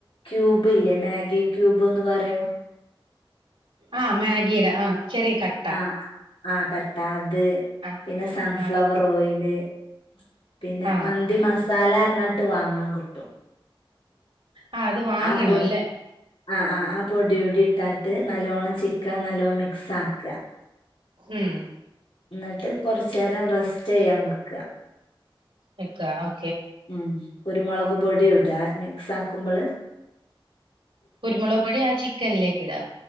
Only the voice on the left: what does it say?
ക്യൂബ് ഇല്ലേ മാഗി ക്യൂബ് ന്ന് പറയും
ആ ആ കട്ട അ ത്
പിന്നെ സൺഫ്ലവർ
ഓയില് <inaudible> പിന്നെ
മന്തി മസ സാലാർഞ്ഞാട്ട് വാങ്ങാൻ കിട്ടും
ആ പൊടി
ആ ആ ആ പൊടൂടി ട്ടാട്ട് നല്ലോണം ചി ക്ക നല്ലോ മിക്സ് ആക്ക്അ
ന്നിട്ട് കൊറച്ചേരം റെസ് ചെയ്യാൻ നിക്ക
ഉം കുരുമൊളക് പൊടിയുടാ മിക്സ് ആക്കുമ്പള്